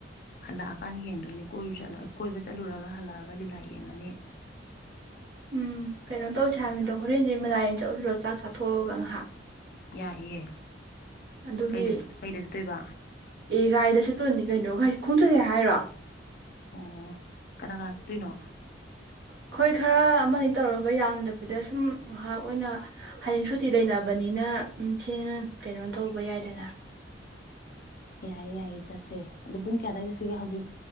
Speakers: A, on the left; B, on the right.
A: ꯍꯜꯂꯛꯑꯀꯥꯟꯗ ꯌꯦꯡꯗꯣꯏꯅꯦ ꯀꯣꯏꯔꯨ ꯆꯠꯂꯥ ꯀꯣꯏꯕ ꯆꯠꯂꯨꯔꯒ ꯍꯜꯂꯛꯑꯒ ꯂꯤꯂꯥ ꯌꯦꯡꯉꯅꯤ
B: ꯎꯝ ꯀꯩꯅꯣ ꯇꯧꯁꯦ ꯍꯥꯏꯃꯤꯗꯣ ꯍꯣꯔꯦꯟꯖꯦ ꯃꯦꯂꯥ ꯌꯦꯡ ꯆꯠꯂꯨꯁꯤꯔꯣ ꯆꯥꯛ ꯆꯥꯊꯣꯛꯑꯒ ꯉꯥꯍꯥꯛ
A: ꯌꯥꯏꯌꯦ
B: ꯑꯗꯨꯒꯤ
A: ꯀꯩꯗ ꯀꯩꯗ ꯆꯠꯇꯣꯏꯕ
B: ꯑꯦ ꯒꯥꯔꯤꯗ ꯆꯠꯇꯣꯏꯅꯤ ꯀꯩꯅꯣ ꯒꯥꯔꯤ ꯈꯣꯡꯆꯠꯁꯦ ꯍꯥꯏꯔꯣ
A: ꯑꯣ ꯀꯅꯥ ꯀꯅꯥ ꯆꯠꯇꯣꯏꯅꯣ
B: ꯑꯩꯈꯣꯏ ꯈꯔ ꯑꯃꯅꯤ ꯇꯧꯔꯒ ꯌꯥꯝꯗꯕꯤꯗ ꯁꯨꯝ ꯉꯥꯛ ꯑꯣꯏꯅ ꯍꯌꯦꯡ ꯁꯨꯇꯤ ꯂꯩꯅꯕꯅꯤꯅ ꯎ ꯊꯦꯡ ꯀꯩꯅꯣ ꯇꯧꯕ ꯌꯥꯏꯗꯅ
A: ꯌꯥꯏꯌꯦ ꯌꯥꯏꯌꯦ ꯆꯠꯁꯦ ꯑꯗꯣ ꯄꯨꯡ ꯀꯌꯥꯗꯥꯏ ꯆꯠꯁꯤꯒꯦ ꯍꯧꯖꯤꯛ